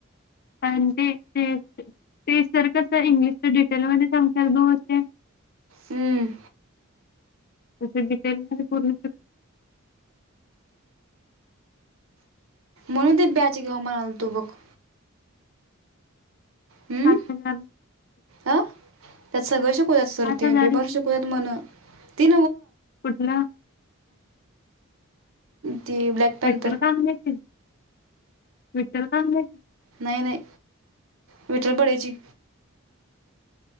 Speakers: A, on the left (about 45°); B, on the right (about 70°).
A: आणि ते ते ते सर कस इंग्लिशच्या डिटेलमध्येध्ये सांग दोे.
B: हमं.
A: त बिटेल पूर्.
B: मनुदेव ब्याचे ग हो मनल तुबक हम्म
A: अच्छा.
B: अ त्यात सगळं शिकूयात सरती
A: पाच हजार
B: आणि्री भर शिकवतत म्हण ती
A: कुठलं?
B: ती ब्लॅक. पॅन्थर
A: मिठल कागची मिठल काची
B: नाही नाही विठ्ठल पड्याची